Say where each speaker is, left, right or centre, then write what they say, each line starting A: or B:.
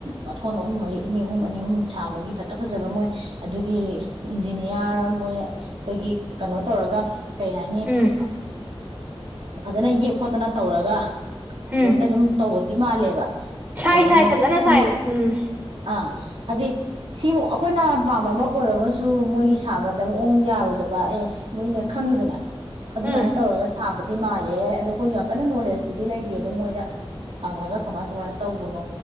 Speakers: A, on the right (about 70°); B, on the right (about 15°).
A: ꯃꯊꯣꯟ ꯑꯍꯨꯝ ꯃꯔꯤ ꯑꯅꯤ ꯑꯍꯨꯝ ꯑꯅꯤ ꯑꯍꯨꯝ ꯁꯥꯕꯒꯤ ꯐꯖ ꯐꯖꯕ ꯃꯣꯏ ꯑꯗꯨꯒꯤ ꯒꯤ ꯏꯟꯖꯤꯅꯤꯌꯥꯔ ꯃꯣꯏ ꯑꯩꯈꯣꯏꯒꯤ ꯀꯩꯅꯣ ꯇꯧꯔꯒ ꯀꯩ ꯍꯥꯏꯅꯤ
B: ꯎꯝ
A: ꯐꯖꯅ ꯌꯦꯛ ꯈꯣꯠꯇꯅ ꯇꯧꯔꯒ
B: ꯎꯝ
A: ꯂꯣꯏꯅ ꯑꯗꯨꯝ ꯇꯧꯕꯗꯤ ꯃꯥꯜꯂꯦꯕ
B: ꯁꯥꯏ
A: ꯑꯗ
B: ꯁꯥꯏ
A: ꯃꯣꯏꯣꯏ
B: ꯐꯖꯅ ꯁꯥꯏ ꯎꯝ
A: ꯑꯥ ꯍꯥꯏꯗꯤ ꯁꯤꯕꯨ ꯑꯩꯈꯣꯏꯅ ꯄꯥꯝꯕ ꯑꯃ ꯑꯣꯏꯔꯒꯁꯨ ꯃꯣꯏꯒꯤ ꯁꯥꯕ ꯃꯑꯣꯡ ꯌꯥꯔꯣꯏꯗꯕ ꯑꯦꯁ ꯃꯣꯏꯅꯦ ꯈꯪꯉꯤꯗꯅ ꯑꯗꯨꯃꯥꯏꯅ
B: ꯎꯝ
A: ꯇꯧꯔꯒ ꯁꯥꯕ ꯃꯂꯦ ꯑꯗꯨ ꯌꯥꯝ ꯀꯅꯥ ꯀꯅꯣꯂ‌ꯦꯖꯄꯨꯗꯤ ꯂꯩꯇꯦ ꯑꯗꯨ ꯃꯣꯏꯗ ꯍꯉꯒꯥ꯫ ꯀꯃꯥꯏ ꯀꯃꯥꯏꯅ ꯇꯧꯕꯅꯣ